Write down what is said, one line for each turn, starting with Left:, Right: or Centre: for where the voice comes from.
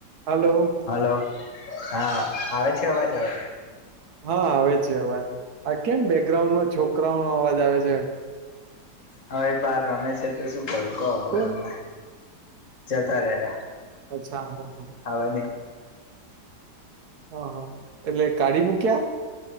Right: હાલો
Left: hello હા આવે છે અવાજ હવે
Right: હા આવે છે અવાજ આ કેમ બેકગ્રાઉન્ડો છોકરાઓ નો અવાજ આવે છે
Left: હવે બાર રમે છે તો શું કરું કો હવે
Right: કોણ
Left: એમને જતા રહ્યા
Right: અચ્છા હ હ
Left: હવે નઈ
Right: હ હ એટલે કાળી મુકિયા